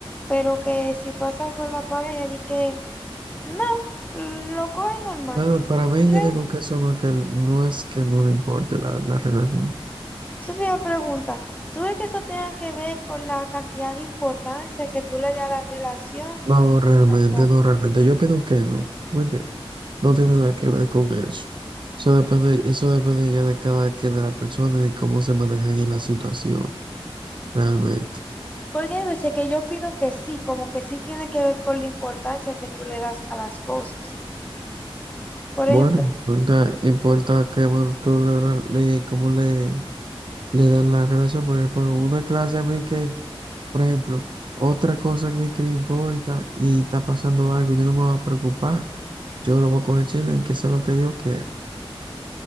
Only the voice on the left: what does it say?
pero que si pasa algo en la pareja, di que no, lo coge normal.
¿Tú crees?
Eso te iba a preguntar. ¿Tú crees que eso tenga que ver con la cantidad de importancia que tú le das a la relación?
O-
Porque hay veces que yo opino que sí, como que sí tiene que ver con la importancia que tú le das a las cosas. Por
ejemplo,